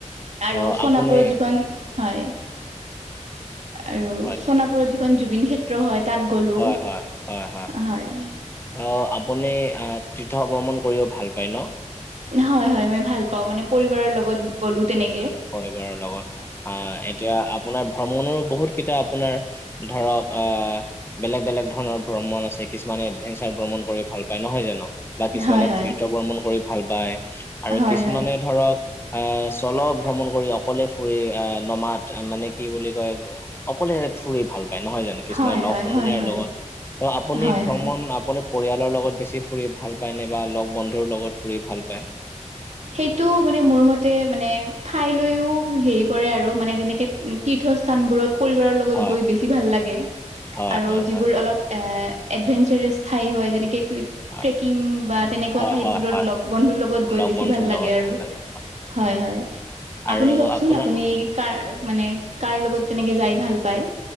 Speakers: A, on the right; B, on the left.
A: আৰু
B: অ
A: সোণাপুৰত
B: আপুনি
A: যিখন হয়। আৰু
B: হয়
A: চণাপুৰত যিখন জুবিন খেত্ ত্ৰ হয়, তাত গ'লোঁ।
B: হয় হয় হয়
A: হয়।
B: অ' আপুনি আ- তীৰ্থভ্ৰমণ কৰিব ভাল পায় ন'?
A: হয় - হয়, মই ভাল পাওঁ, মানে পৰিবাৰৰ লগত গ'লোঁ তেনে
B: পৰিবাৰৰ লগত। আ- এতিয়া আপোনাৰ ভ্ৰমণৰো বহুত কেইটা আপোনাৰ ধৰক আ বেলেগ - বেলেগ ধৰণৰ ভ্ৰমণ আছে। কিছুমানে এডভেঞ্চাৰ ভ্ৰমণ কৰি ভাল পায়, নহয় জানো? বা কিছুমানে
A: হয় হয়
B: তীৰ্থভ্ৰমণ কৰি ভাল পায়। আৰু
A: হয়
B: কিছুমানে
A: হয়
B: ধৰক আ- চ'ল' ভ্ৰমণ কৰি অকলে ফুৰি, আ- নমাদ, মানে কি বুলি কয় অকলে ফুৰি ভাল পায়, নহয় জানো? কিছুমানে
A: হয় হয়
B: লগ
A: হয়
B: সমনীয়াৰ
A: হয় হয়
B: লগত। তো আপুনি
A: হয়
B: ভ্ৰমণ-
A: হয়
B: আপুনি পৰিয়ালৰ লগত বেছি ফুৰি ভাল পায় নে বা লগ বন্ধুৰ লগত ফুৰি ভাল পায়?
A: সেইটো মানে মোৰ মতে মানে ঠাইলৈও হেৰি কৰে আৰু, মানে যেনেকে তীৰ্থস্থানবোৰত পৰিবাৰৰ লগত
B: হয়
A: গৈ বেছি ভাল লাগে।
B: হয়
A: আৰু
B: হয়
A: যিবোৰ
B: হয়
A: অলপ এ- এডভেঞ্চাছাৰ ঠাই হয়, যেনেকে ক-
B: হয়
A: ট্ৰেকিং বা তেনেকুৱা
B: হয়
A: ঠাইতবোৰত
B: হয় হয়
A: লগ- বন্ধুৰ লগত গৈ
B: লগ
A: বেছি
B: বন্ধুৰ
A: ভাল লাগে
B: লগত
A: আৰু,
B: ভাল লাগে
A: হয় - হয়।
B: আৰু
A: আপুনি কওঁকচোন
B: আপোনাৰ
A: আপুনি কাৰ- মানে কাৰ লগত তেনেকে যাই ভাল পায়?